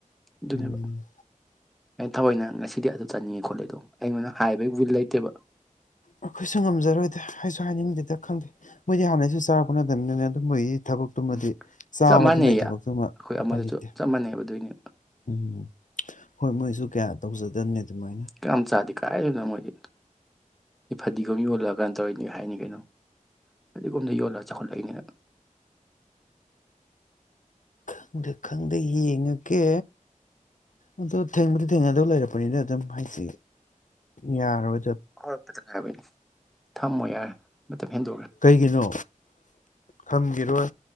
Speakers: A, in the centre; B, on the left (about 65°).
A: ꯑꯗꯨꯅꯦꯕꯥ
B: ꯎꯝ
A: ꯑꯩ ꯊꯑꯣꯏꯅ ꯉꯁꯤꯗꯤ ꯑꯗꯨ ꯆꯠꯅꯤꯡꯉꯦ ꯈꯣꯠꯂꯦ ꯑꯗꯣ ꯑꯩꯉꯣꯟꯗ ꯍꯥꯏꯕꯒꯤ ꯋꯤꯜ ꯂꯩꯇꯦꯕ
B: ꯑꯩꯈꯣꯏꯁꯨ ꯉꯝꯖꯔꯣꯏꯗꯦ ꯍꯥꯏꯁꯨ ꯍꯥꯏꯅꯤꯡꯗꯦꯗ ꯈꯪꯗꯦ ꯃꯣꯏ ꯍꯥꯟꯅꯁꯤꯁꯨ ꯆꯔꯅ ꯃꯣꯏ ꯊꯕꯛꯇꯨꯃꯗꯤ
A: ꯎꯝ
B: ꯆꯥꯕꯗꯨꯃꯒꯤ
A: ꯆꯞ ꯃꯥꯟꯅꯩꯌꯦ
B: ꯊꯕꯛꯇꯨꯃ
A: ꯑꯩꯈꯣꯏ ꯑꯃꯗꯨꯁꯨ
B: ꯄ ꯂꯩꯇꯦ
A: ꯆꯞ ꯃꯥꯟꯅꯩꯕ ꯑꯗꯨꯏꯅꯦ
B: ꯎꯝ ꯍꯣꯏ ꯃꯣꯏꯁꯨ ꯀꯌꯥ ꯇꯧꯖꯗꯅꯤ ꯑꯗꯨꯃꯥꯏꯅ
A: ꯀꯌꯥꯝ ꯆꯥꯗꯦ ꯀꯥꯏꯗꯅꯣ ꯃꯣꯏꯗꯤ ꯐꯗꯤꯒꯣꯝ ꯌꯣꯜꯂꯛꯑ ꯀꯥꯟꯅ ꯇꯧꯔꯤꯅꯤ ꯍꯥꯏꯅꯤ ꯀꯩꯅꯣ ꯐꯗꯤꯒꯣꯝꯗ ꯌꯣꯜꯂꯒ ꯆꯥꯎꯈꯠꯂꯛꯏꯅꯤꯅ
B: ꯈꯪꯗꯦ ꯈꯪꯗꯦ ꯌꯦꯡꯉꯀꯦ ꯑꯗꯣ ꯊꯦꯡꯕꯗꯤ ꯊꯦꯡꯅꯗꯧ ꯂꯩꯔꯛꯄꯅꯤꯅ ꯑꯗꯨꯝ ꯍꯥꯏꯁꯤ ꯌꯥꯔꯣꯏ
A: ꯍꯂꯄꯗꯅ ꯍꯥꯏꯕ ꯊꯝꯃꯣ ꯌꯥꯔꯦ ꯃꯇꯝ ꯍꯦꯟꯗꯣꯛꯈ꯭ꯔꯦ
B: ꯀꯩꯒꯤꯅꯣ ꯈꯪꯒꯤꯔꯣꯏ